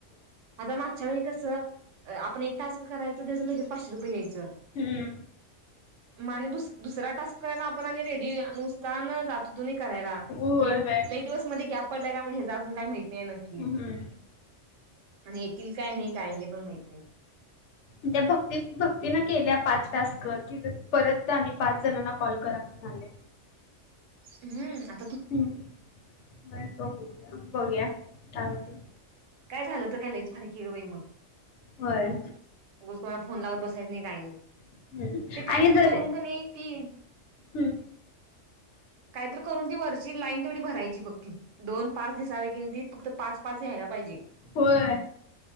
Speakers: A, on the right; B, on the left.
A: आता मागच्या वेळी कस? आपण एक टास्क करायचं त्याच लगेच पाचशे रुपय यायचं.
B: हम्म.
A: म आणि दुसरा टास्क करायला आपण आणि रेडी उत्साहानं जात होतू न करायला.
B: होय
A: हे
B: होय
A: लई दिवसमध्ये गॅप पडलाय काय म हेजा अजून काय माहित नाही नक्की
B: हम्म.
A: आणि येतील काय नाही काय हे पण माहित नाही?
B: त्या भक्ती भक्तीन केलिया पाच टास्क परत आणि पाच जणांना कॉल करा म्हणून आलय.
A: हम्म आ.
B: हम्म बर बघू या काय होतय.
A: काय झालं तर काय लईच भारी की ग बाई मग
B: होय.
A: उगाच कोणाला फोन लावत बसायचं नाही काय नाही.
B: हम्म.
A: ते काय
B: आणि
A: तर
B: जर
A: करून कनी ती
B: हम्म.
A: कायतरी करून ती वरची लाईन तेवढी भरायची बघ, ती दोन पाच दिसालय की नाही ती फक्त पाच पाच यायला पाहिजे.
B: होय